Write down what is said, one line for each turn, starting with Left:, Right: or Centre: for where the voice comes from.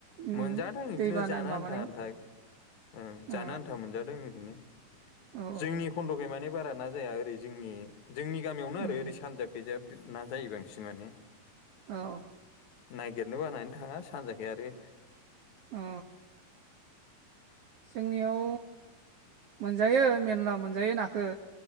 Right: उम
Left: मोनजादों
Right: उम दैबाना
Left: इदिनो जानो
Right: माबानायाव
Left: आन्था आन्था। ओं
Right: अ
Left: जानो आन्था मोनजादों ओरैनो।
Right: औ औ
Left: जोंनि खन्द'खै माने बारा ना जाया ओरै जोंनि जोंनि गामियावनो
Right: उम
Left: आरो ओरै सानजा गैजा ना जायो बांसिन माने
Right: औ
Left: नागिरनो बानानै थाङा सानजाखै आरो
Right: अ जोंनियाव मोनजायो मेरला मोनजायो नाखौ